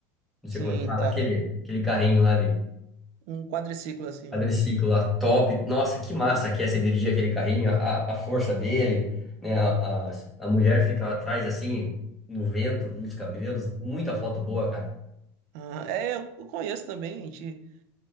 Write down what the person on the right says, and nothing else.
Sim,
tá.
Um quadriciclo, assim.
Um...
Ah, é, eu conheço também. a gente-